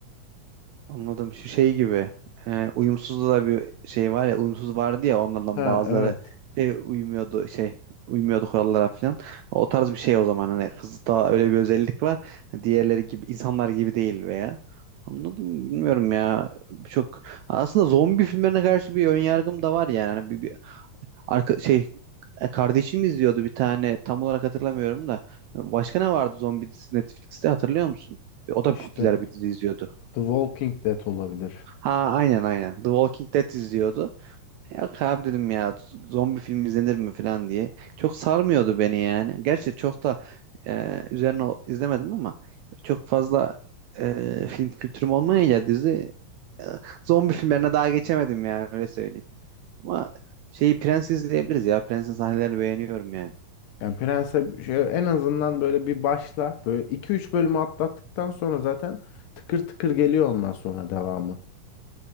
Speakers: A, on the right (about 80°); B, on the left (about 80°).
A: Anladım. Şu şey gibi. E, uyumsuz da bir şey var ya. Uyumsuz vardı ya onlardan
B: Ha
A: bazıları
B: evet.
A: şey uymuyordu şey uymuyordu kurallara falan. O tarz bir şey o zaman hani kızda öyle bir özellik var. Hani Diğerleri gibi insanlar gibi değil veya. Anladım bilmiyorum ya. Çok aslında zombi filmlerine karşı bir ön yargım da var yani. Hani bir, bir arka şey e, kardeşim izliyordu bir tane tam olarak hatırlamıyorum da. Başka ne vardı zombi dizisi Netflix'te hatırlıyor musun? O da
B: İşte
A: popüler bir dizi izliyordu.
B: The Walking Dead olabilir.
A: Ha aynen aynen. The Walking Dead izliyordu. Yok abi dedim ya zombi film izlenir mi falan diye. Çok sarmıyordu beni yani. Gerçi çok da e, üzerine o- izlemedim ama çok fazla e, film kültürüm olmayınca dizi e, zombi filmlerine daha geçemedim yani öyle söyleyeyim. Ama şeyi Prens izleyebiliriz ya. Prens'in sahnelerini beğeniyorum yani.
B: Yani Prens'e şey, en azından böyle bir başla. Böyle iki üç bölümü atlattıktan sonra zaten tıkır tıkır geliyor ondan sonra devamı.